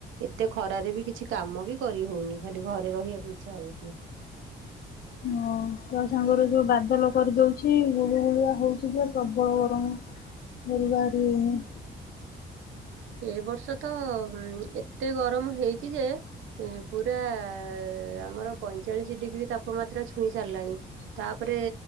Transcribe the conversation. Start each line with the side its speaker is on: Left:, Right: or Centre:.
Right: ଏତେ ଖରାରେ ବି କିଛି କାମ ବି କରି ହେଉନି। ଖାଲି ଘରେ ରହିବାକୁ ଇଚ୍ଛା ହଉଛି।
Left: ହଁ ତା ସାଙ୍ଗରେ ଯୋଉ ବାଦଲ କରିଦଉଛି ଗୁଳିୁଗୁଳିଆ ହଉଛି ଯେ ପ୍ରବଳ ଗରମ, ଘରୁ ବାହାରି ହଉନି।
Right: ଏଇ ବର୍ଷ ତ ଏତେ ଗରମ ହେଇଛି ଯେ ଇଁ ପୁରାଆ-ଆ-ଆ-ଆ ଆମର ପଇଁଚାଳିଶ ଡିଗ୍ରୀ ତାପମାତ୍ରା ଛୁଇଁ ସାରିଲାଣି। ତାପରେ